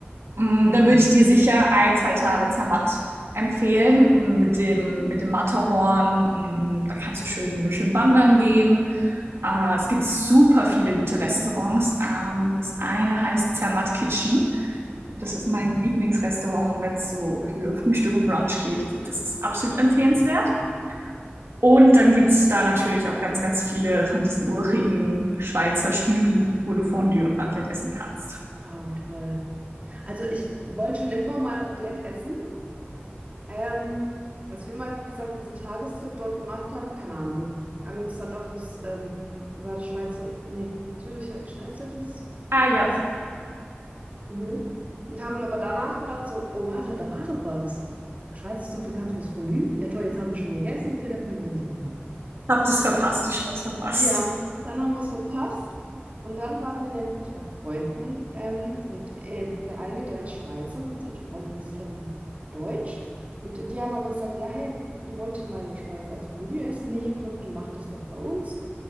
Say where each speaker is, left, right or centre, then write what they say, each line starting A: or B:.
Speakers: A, on the right; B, on the right.
A: Mm,
B: Mhm.
A: Dann würde ich dir sicher ein, zwei Tage Zermatt empfehlen mm, mit dem, mit dem Matterhorn. Mm, Da kannst du schön, schön wandern gehen. Äh, es gibt super viele gute Restaurants. Ähm, das eine heißt Zermatt Kitchen. Das ist mein
B: Mhm.
A: Lieblingsrestaurant, wenn es so für Frühstück und Brunch geht. Also das ist absolut empfehlenswert.
B: Ja. ja.
A: Und dann gibt's da natürlich auch ganz, ganz viele von diesen urigen Schweizer Stügli, wo du Fondue und Raclette essen kannst.
B: Ah, toll. Also ich wollte schon immer mal Raclette essen. Ähm, als wir mal, wie gesagt, diesen Tagestrip dort gemacht haben, keine Ahnung, haben wir uns dann doch fürs, ähm, wie war das Schweizer, nee, Züricher Geschnetzeltes
A: Ah
B: oder sowas.
A: ja,
B: Mhm. Und haben aber danach gedacht, so, oh, warte, da war doch was. Schweiz ist doch bekannt fürs Fondue. Ja, toll, jetzt haben wir schon gegessen. Okay, dann können wir nicht nochmal.
A: hab das verpasst, die Chance verpasst.
B: Ja, dann haben wir es verpasst. Und dann waren wir nämlich bei Freunden. Ähm, und ähm, der eine, der ist Schweizer und die Freundin ist ähm, Deutsch. Und die haben aber gesagt, ja, hey, ihr wolltet mal in der Schweiz also Fondue essen? Nee, kommt und macht das doch bei uns.